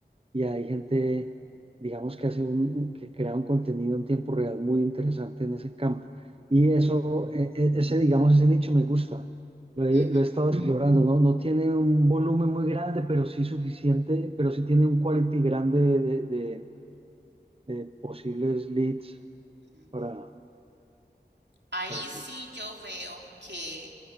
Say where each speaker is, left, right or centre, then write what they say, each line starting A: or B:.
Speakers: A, on the right (about 30°); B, on the right (about 75°).
A: Y hay gente, digamos, que hace un, un- que crea un contenido en tiempo real muy interesante en ese campo. Y eso, e- e- ese, digamos, ese nicho me gusta. Lo he,
B: Ujú,
A: lo he estado explorando, ¿no? No tiene un volumen muy grande, pero sí suficiente, pero sí tiene un quality grande de de- de- de posibles leads
B: ujú.
A: para,
B: Ahí
A: para explotar.
B: sí yo veo que